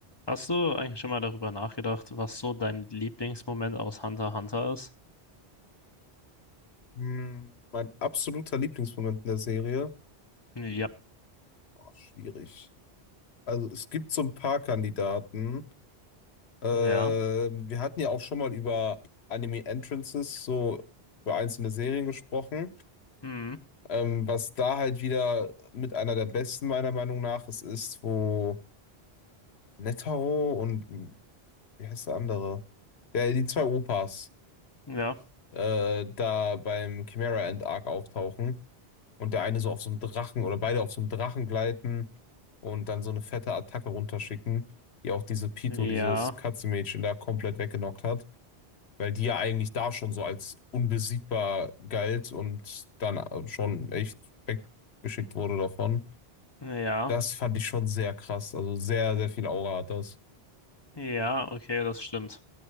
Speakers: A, on the left; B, on the left.
A: Hast du eigentlich schon mal darüber nachgedacht, was so dein Lieblingsmoment aus Hunter x Hunter ist?
B: Hm, Mein absoluter Lieblingsmoment in der Serie?
A: Ja,
B: Boah, schwierig. Also es gibt so ein paar Kandidaten. Ähm,
A: ja,
B: wir hatten ja auch schon mal über Anime Entrances, so über einzelne Serien gesprochen.
A: hm,
B: Ähm, was da halt wieder mit einer der besten meiner Meinung nach ist, ist, wo Netaro und hm, wie heißt der andere? Ja, die zwei Opas
A: ja,
B: äh, da beim Chimera End Arc auftauchen. und der eine so auf so einem Drachen oder beide auf so einem Drachen gleiten und dann so eine fette Attacke runterschicken, die auch diese Pito,
A: ja,
B: dieses Katzenmädchen da komplett weggenockt hat, weil die ja eigentlich da schon so als unbesiegbar galt und dann äh, schon echt weggeschickt wurde davon.
A: ja,
B: Das fand ich schon sehr krass. Also sehr, sehr viel Aura hat das.
A: ja, okay, das stimmt.